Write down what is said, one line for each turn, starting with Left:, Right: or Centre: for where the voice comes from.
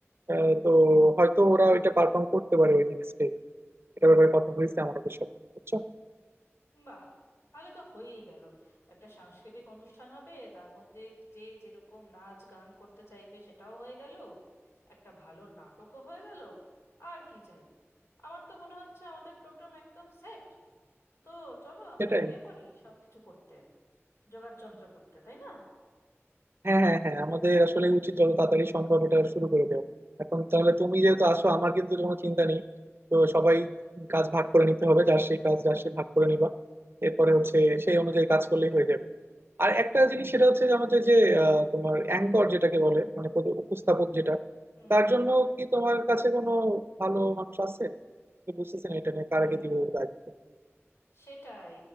Right: আহ, তো হয়তো ওরা ওইটা পারফর্ম করতে পারে ওই দিন স্টেজে এটা ব্যাপারে কথা হয়েছে আমাদের সাথে বুঝছো
Left: বাহ তাহলে তো হয়েই গেল একটা সাংস্কৃতিক অনুষ্ঠান হবে তার মধ্যে যে যেরকম নাচ গান করতে চাইবে সেটাও হয়ে গেল একটা ভালো নাটকও হয়ে গেল আর কি চাই আমার তো মনে হচ্ছে আমাদের প্রোগ্রাম একদম সেট তো চলো আমরা
Right: সেটাই
Left: নেমে পড়ি সব কিছু করতে যোগাড় যন্ত্র করতে তাই না
Right: হ্যাঁ হ্যাঁ হ্যাঁ আমাদের আসলে উচিত যত তাড়াতাড়ি সম্ভব এটা শুরু করে দেওয়া এখন তাহলে তুমি যেহেতু আসো আমার কিন্তু কোনো চিন্তা নেই তো সবাই কাজ ভাগ করে নিতে হবে যার সেই কাজ যার সে ভাগ করে নিবা এরপরে হচ্ছে সেই অনুযায়ী কাজ করলেই হয়ে যাবে আর একটা জিনিস সেটা হচ্ছে যে আমাদের যে আহ, তোমার অ্যাঙ্কর যেটাকে বলে মানে প্রতি- উপস্থাপক যেটা
Left: হুম
Right: তার জন্য কি তোমার কাছে কোনো ভালো মানুষ আছে আমি বুঝতেছি না এটা নিয়ে কার
Left: হুম
Right: আগে দিব দায়িত্ব
Left: সেটাই